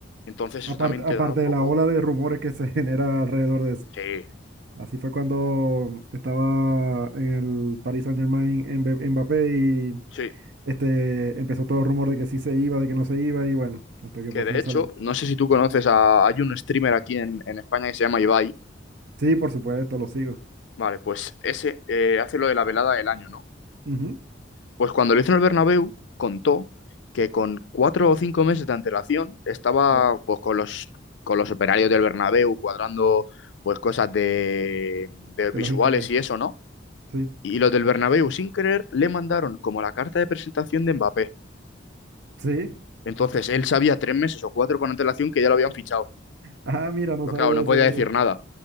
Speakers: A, on the left; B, on the right.
A: Entonces
B: Aparte,
A: eso también
B: aparte
A: te da un poco...
B: de la ola de rumores que se <laughs> genera alrededor de eso.
A: Sí,
B: Así fue cuando estaba en el Paris Saint-Germain en Mbappé
A: sí.
B: Este, empezó todo el rumor de que sí se iba, de que no se iba, y bueno, hasta que
A: Que
B: por
A: de
B: fin
A: hecho,
B: salió.
A: no sé si tú conoces a... Hay un streamer aquí en, en España que se llama Ibai.
B: Sí, por supuesto, lo sigo.
A: Vale, pues ese eh, hace lo de la velada del año, ¿no?
B: Ujú,
A: Pues cuando lo hizo en el Bernabéu, contó que con cuatro o cinco meses de antelación estaba
B: Ya.
A: pues con los, con los operarios del Bernabéu cuadrando pues cosas de, de visuales
B: De logística.
A: y eso, ¿no?
B: Sí.
A: Y los del Bernabéu, sin querer, le mandaron como la carta de presentación de Mbappé.
B: Sí.
A: Entonces él sabía tres meses o cuatro con antelación que ya lo habían fichado.
B: Ah, mira, no
A: Pero
B: sabía
A: claro, no
B: ese.
A: podía decir nada.